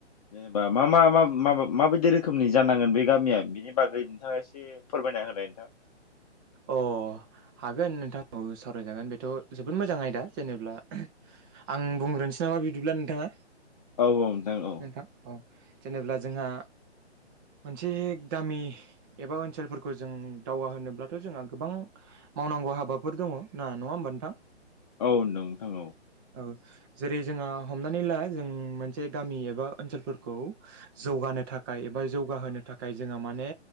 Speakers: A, on the left (about 35°); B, on the right (about 20°).
A: जेनबा मा मा मा माबा माबायदि रोखोमनि जानांगोन बे गामिया बेनि बागै नोंथाङा एसे फोरमायना होलाय नोथां।
B: अ हागोन नोंथांखौ सावरायजागोन बेथ' जोबोद मोजां आयदा जेनेब्ला आं बुंग्रोनोसै नामा बिदिब्ला नोंथाङा?
A: औ औ नोंथां औ।
B: नोंथां औ जेनेब्ला जोंहा मोनसे गामि एबा ओनसोलफोरखौ जों दावगा होनोब्ला थ' जोंहा गोबां मावनांगौ हाबाफोर दङ ना नङा होमबा नोंथां?
A: औ नोंथां औ
B: औ जेरै जोंहा हमनानै ला जों मोनसे गामि एबा ओनसोलफोरखौ जौगानो थाखा खाय एबा जौगाहोनो थाखाय जोंङहा माने